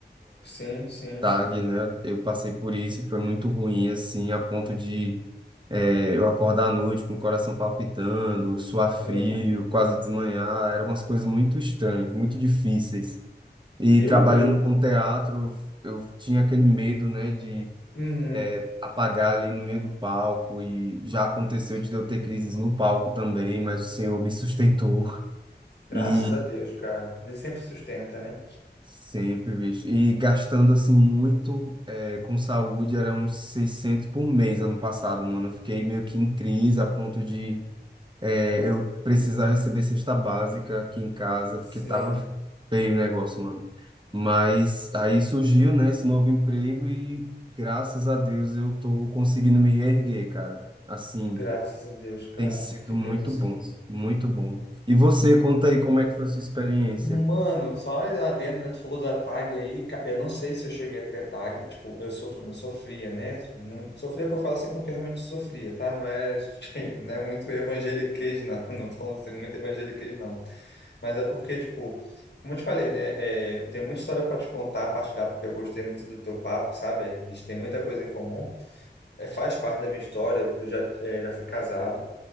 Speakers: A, on the left; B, on the right.
A: sim, sim.
B: tarde, né? Eu passei por isso e foi muito ruim, assim, a ponto de eh, eu acordar à noite com o coração palpitando, suar frio,
A: Eu,
B: quase desmanhar. Eram umas coisas muito estranhas, muito difíceis. E
A: eu,
B: trabalhando
A: eu-
B: com teatro, eu, eu tinha aquele medo, né, de
A: uhum.
B: eh, apagar ali no meio do palco. E já aconteceu de eu ter crises no palco também, mas o Senhor me sustentou.
A: Graças
B: e
A: a Deus, cara. Ele sempre sustenta, né?
B: Sempre, bicho. E gastando assim muito é, com saúde, eram 600 por mês ano passado, mano. Eu fiquei meio que em crise a ponto de é, eu precisar receber cesta básica aqui em casa,
A: Sim,
B: porque tava feio o negócio, mano. Mas aí surgiu, né, esse novo emprego e graças a Deus eu tô conseguindo me erguer, cara. Assim,
A: graças a Deus, cara.
B: tem sido
A: Que bênção.
B: muito bom, muito bom. E você, conta aí como é que foi a sua experiência?
A: Mano, só adendo, né? Tu falou da tag aí, cara. Eu não sei se eu cheguei a ter tag. Tipo, eu sofro eu sofria, né? Muito- Sofria que eu falo assim porque eu realmente sofria, tá? Não é, <laughs> não é muito evangeliquez, não. <laughs> Não tô falando assim, muito evangeliquez, não. Mas é porque, tipo, como eu te falei, né? É, tem muita história pra te contar, partilhar, porque eu gostei muito do teu papo, sabe? A gente tem muita coisa em comum. É, faz parte da minha história. Eu já, é, já fui casado.